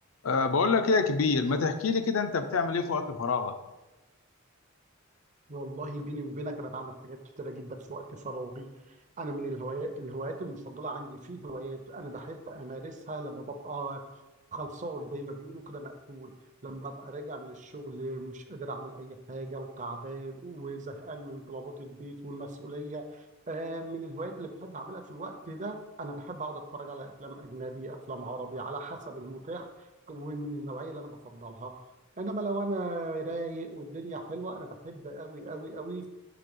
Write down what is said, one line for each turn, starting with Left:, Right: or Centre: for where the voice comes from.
Left: أه بقول لك ايه يا كبير ما تحكي لي كده انت بتعمل ايه في وقت فراغك
Right: والله بيني وبينك انا بعمل حاجات كتيره جدا في وقت فراغي انا من الهوايات الهوايات المفضله عندي في هوايات انا بحب امارسها لما ببقى خلصان زي ما بيقولوا كده مقفول لما ببقى راجع من الشغل مش قادر اعمل اي حاجه وتعبان وزهقان من طلبات البيت والمسؤوليه آه، من الهوايات اللي بحب اعملها في الوقت ده انا بحب اقعد اتفرج على افلام اجنبي افلام عربي على حسب المتاح ومن النوعيه اللي انا بفضلها انما لو انا رايق والدنيا حلوه انا بحب قوي قوي قوي